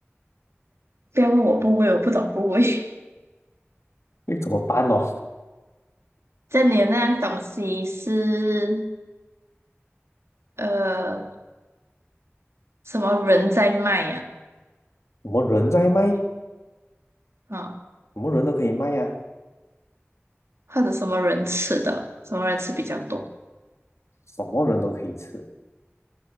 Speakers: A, on the right (about 70°); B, on the left (about 85°).
A: 不要问我部位，我不懂部位。<laughs>
B: 那怎么办哦？
A: 这里的那样东西是呃什么人在卖呀、
B: 我们人在卖，
A: 啊？啊
B: 我们人都可以卖呀、
A: 或者什么人吃的？什么人吃比较多？
B: 什么人都可以吃。